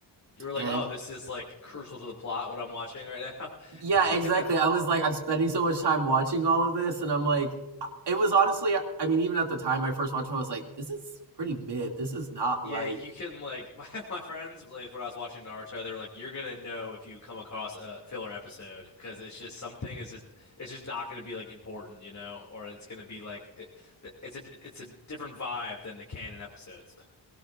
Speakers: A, on the left (about 40°); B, on the right (about 65°).
A: You were like,
B: And
A: oh, this is like crucial to the plot what I'm watching right now.
B: yeah,
A: <laughs>
B: exactly.
A: Yeah.
B: I was like, I'm spending so much time watching all of this, and I'm like, uh, it was honestly, I mean, even at the time I first watched it, I was like, this is pretty mid. This is not
A: Yeah,
B: like,
A: you can like <laughs> my my friends like when I was watching Naruto, they were like, "You're gonna know if you come across a filler episode because it's just something is just it's just not gonna be like important, you know, or it's gonna be like it, th- it's a it's a different vibe than the canon episodes,